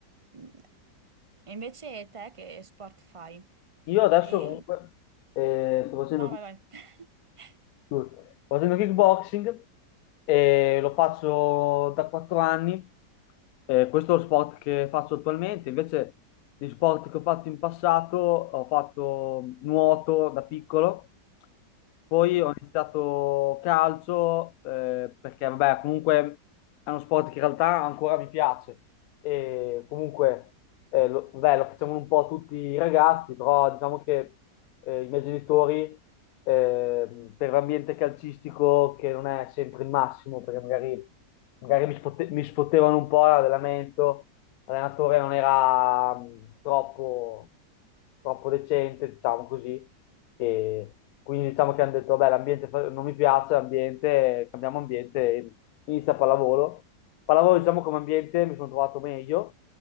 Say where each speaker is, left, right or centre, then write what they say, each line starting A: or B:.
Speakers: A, on the right; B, on the left.
A: Mm. E invece te che sport fai?
B: Io adesso
A: E...
B: comunque eh, sto facendo
A: No, no, vai, vai. <laughs>
B: Sto Facendo kickboxing e lo faccio da quattro anni. Eh, questo è lo sport che faccio attualmente. Invece, gli sport che ho fatto in passato, ho fatto nuoto da piccolo, poi
A: Sì.
B: ho iniziato calcio, eh, perché vabbè, comunque è uno sport che in realtà ancora mi piace. E comunque eh, lo, vabbè, lo facciamo un po' tutti i ragazzi, però diciamo che eh, i miei genitori ehm, per l'ambiente calcistico che non è sempre il massimo, perché magari, magari mi, sfotte- mi sfottevano un po' l'allenamento, l'allenatore non era mh, troppo, troppo decente, diciamo così, e quindi diciamo che hanno detto, vabbè, l'ambiente fa- non mi piace, l'ambiente, cambiamo ambiente, e inizia pallavolo. Pallavolo, diciamo, come ambiente mi sono trovato meglio,